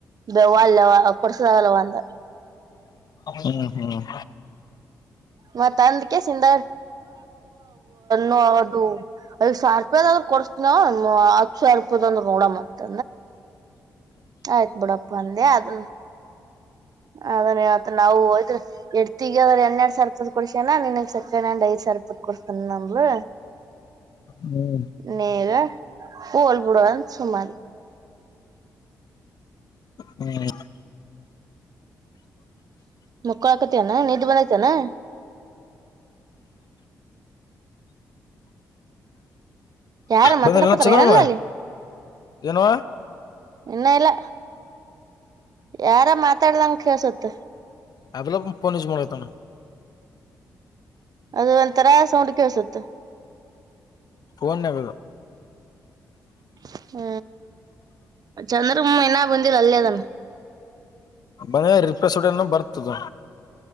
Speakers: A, on the right; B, on the left.
A: ಬೆವಲ್ಲ ಕುರ್ಸಾಗಲ್ಲವಾಂದ
B: ಹ್ಮ್ ಹ್ಮ್
A: ಮತ್ತ ಅಂದ್ ಕೆಸಿಂದ ನೋಡೋ ಅದು ಐ ಸಾವಿ ರೂಪಾಯದ್ರ್ ಕೊಡ್ಸತನ ಹತ್ತು ಸಾವಿ ರೂಪಾಯ್ ಅಂದ್ರ ನೋಡ್ ಅಂತ ಆಯ್ತ್ ಬಿಿಡಪ್ಪ ಅಂದೆ ಅದನ್ ಅದ್ರ ಮತ್ ನಾವು ಹಯ್ ಎಡ್ತಿಗ ಅದ್ರ ಎನ್ನೆರಡ್ ಸಾವರ್ ಇಪ ಕೊಡ್ಸ್ಯನ ನಿನ್ಗ್ ಸೆಕೆಂಡ್ ಹ್ಯಾಂಡ್ ಐದ್ ಸರ್ಪತ್ ಕೊಡ್ತನ ನಮ್ಲು
B: ಹ್ಮ್
A: ನರ ಬಲ್ ಬಿಡವ ಸುಮ್ಮಾರಿ
B: ಹ್ಮ್
A: ಮ ಕಳಕತನಾ ನೀದ ಬನ್ನಾಯತ ನ ಯಾರ ಮಾತಾಡ್ಕತಾರ
B: ಬಂದಲ್ಲ ಚಂದ್ರಮ್ಮ
A: ಏನಲ್ಲ ಅಲ್ಲಿ
B: ಏನೋ
A: ಇನ್ನ ಎಲ್ಲ ಯಾರ ಮಾತಾಡಲಂಗ ಕೇಳಸುತ್ತ ಕುತ್ತ
B: ಅಲ್ಲ ಪನಿಜ ಮಾಡಡತಾನ
A: ಅದು ಒಂಂತರಾ ಸೌಂಡ್ ಕೆಸುತ್ತ
B: ಫನ್ ನಾಗದ
A: ಹ್ಮ ಚಂದ್ರಮ್ಮ ನ ಬಂದಿಲ್ಲ ಅಲ್ಲಿ ಅದನ್
B: ಮನ ರಿಪ್ಲೇಸ್ಡನ ಬರ್ತದ